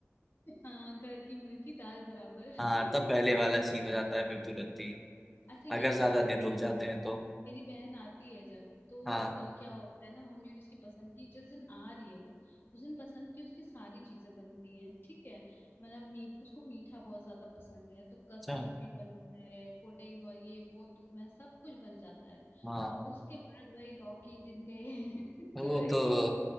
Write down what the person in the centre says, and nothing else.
हाँ
तब पहले वाला सीन हो जाता है फिर तुरंत ही
अगर
ज्यादा
दिन
रुक
जाते हैं तो
हाँ
अच्छा
हाँ
वो
तो